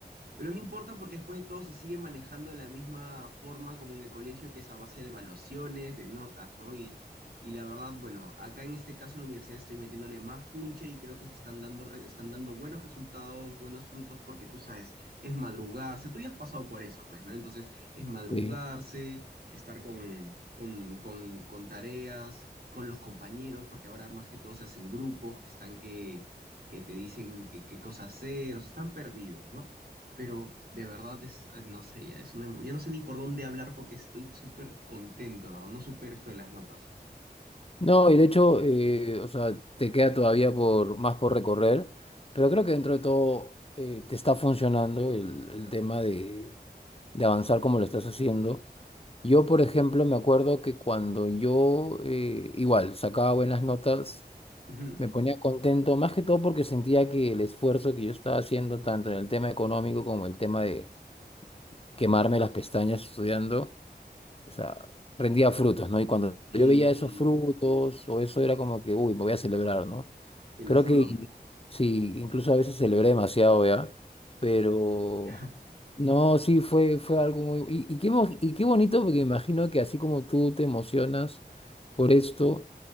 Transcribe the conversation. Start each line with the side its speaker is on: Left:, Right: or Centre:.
Right: pero no importa porque después de todo se sigue manejando de la misma forma como en el colegio, que es a base de evaluaciones, de notas, ¿no? Y, y la verdad, bueno, acá en este caso en la universidad estoy metiéndole más punche y creo que se están dando, re- están dando buenos resultados, buenos frutos, porque tú sabes, es madrugarse, tú ya has pasado por eso, pues, ¿no? Entonces, es madrugarse,
Left: sí.
Right: estar con, con, con, con tareas, con los compañeros, porque ahora más que todo se hacen grupos que están que, que te dicen qué qué cosa hacer, o sea, están perdidos, ¿no? pero de verdad es, eh, no sé, ya es un emo- ya no sé ni por dónde hablar porque estoy súper contento, de ¿verdad? No supero esto de las notas.
Left: No, y de hecho, eh, o sea, te queda todavía por, más por recorrer, pero creo que dentro de todo eh, te está funcionando el, el tema de, de avanzar como lo estás haciendo. Yo, por ejemplo, me acuerdo que cuando yo, eh, igual, sacaba buenas notas,
Right: Ujú.
Left: me ponía contento, más que todo porque sentía que el esfuerzo que yo estaba haciendo, tanto en el tema económico como el tema de quemarme las pestañas estudiando, o sea, rendía frutos, ¿no? Y cuando
Right: Y
Left: yo veía esos frutos o eso era como que, uy, me voy a celebrar, ¿no?
Right: te lo
Left: Creo
Right: juro,
Left: que sí, incluso a veces celebré demasiado, ¿ya? Pero
Right: <laughs>
Left: no, sí, fue, fue algo muy... Y, y qué, mo- y qué bonito, porque imagino que así como tú te emocionas por esto,